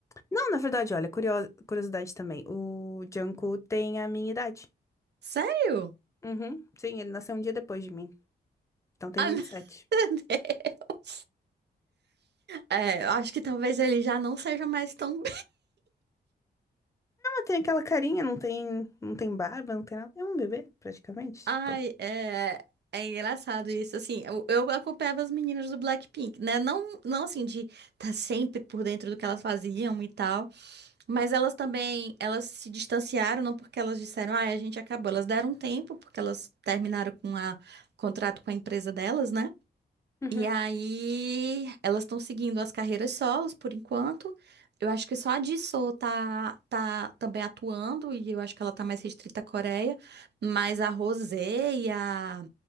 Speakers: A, on the left (about 15°); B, on the right (about 80°).
A: Não, na verdade, olha, curio- curiosidade também. O Junko tem a minha idade.
B: Sério?
A: Uhum, sim, ele nasceu um dia depois de mim. Então tem
B: Ai,
A: vinte
B: <laughs>
A: e sete.
B: meu Deus. É, eu acho que talvez ele já não seja mais tão
A: Tem aquela carinha, não tem, não tem barba, não tem nada. É um bebê, praticamente,
B: Ai,
A: tipo.
B: é, é engraçado isso. Assim, eu, eu acompanhava as meninas do Blackpink, né? Não, não assim, de estar tá sempre por dentro do que elas faziam e tal. Mas elas também, elas se distanciaram, não porque elas disseram, ai, a gente acabou. Elas deram um tempo, porque elas terminaram com a contrato com a empresa delas, né?
A: Uhum.
B: E aí, elas estão seguindo as carreiras solos por enquanto. Eu acho que só a Jisoo tá, tá também atuando, e eu acho que ela tá mais restrita à Coreia. Mas a Rosé e a,